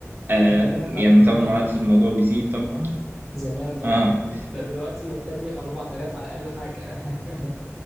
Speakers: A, on the right (about 40°); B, in the centre.
A: آه
B: زمان
A: يعني
B: بقى
A: طبعا
B: زمان
A: مرات الموضوع بيزيد طبعا
B: زمان طبعا
A: اه
B: <laughs> ده دلوقتي يحتاج لي 4000 على الاقل حاجة <laughs>